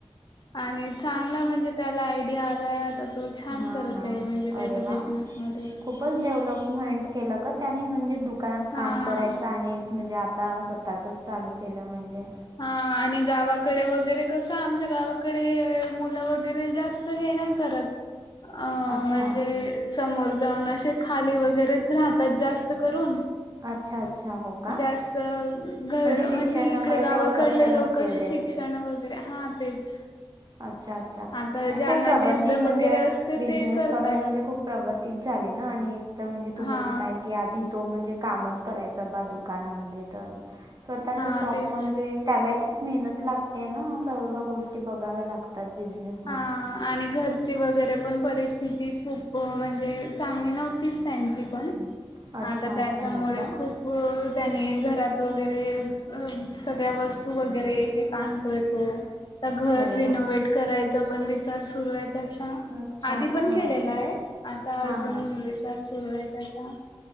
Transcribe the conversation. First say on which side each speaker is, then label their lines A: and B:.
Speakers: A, on the left (about 50°); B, on the right (about 40°).
A: आणि चांगला म्हणजे त्याला आयडिया आलाय आता. तो छान
B: हां
A: करत
B: हां
A: आहे म्हणजे त्याच्या
B: अरे वा
A: बिझनेसमध्ये.
B: खूपच डेव्हलपमेंट केलं ग त्याने म्हणजे दुकानात
A: हा
B: काम करायचं आणि म्हणजे आता स्वतःचंच चालू केलं म्हणजे.
A: हा आणि गावाकडे वगैरे कसं आमच्या गावाकडे मुलं वगैरे जास्त हे नाही करत. अ
B: अच्छा
A: म्हणजे समोर जाऊन असे खाली वगैरेच राहतात जास्त जास्त करून
B: अच्छा अच्छा हो का
A: जास्त घ
B: शिक्षणाकडे
A: म्हणजे इकडे गावाकडले
B: तेवढं लक्ष नसतील
A: लोक शिक्षण
B: देत
A: वगैरे हा तेच.
B: अच्छा अच्छा
A: आता
B: नाही
A: ज्यांना
B: खूप प्रगती
A: जिद्द
B: म्हणजे
A: वगैरे असते
B: बिझनेस
A: ते करतात.
B: करणे म्हणजे खूप प्रगतीच झाली ना आणि एक तर म्हणजे तू
A: हा
B: म्हणताय की आधी तो म्हणजे कामच करायचा बा दुकानामध्ये तर स्वतःच
A: हा
B: शॉप
A: तेच.
B: म्हणजे त्याला एक मेहनत लागतेय ना सर्व गोष्टी बघाव्या लागतात बिजनेस
A: हा आणि घर ची वगैरे पण परिस्थिती खूप म्हणजे चांगली नव्हतीच त्यांची पण
B: अच्छा
A: आता त्याच्यामुळे
B: अच्छा हो का
A: खूप त्याने घरात वगैरे सगळ्या वस्तू वगैरे आनतोय तो आता घर
B: अरे
A: रिनोवेट
B: वा
A: करायचा पण विचार सुरू आहे त्याचा.
B: अच्छा
A: आधी
B: अच्छा
A: पण केलेल आहे आता
B: हां
A: अजून विचार सुरू आहे त्याचा.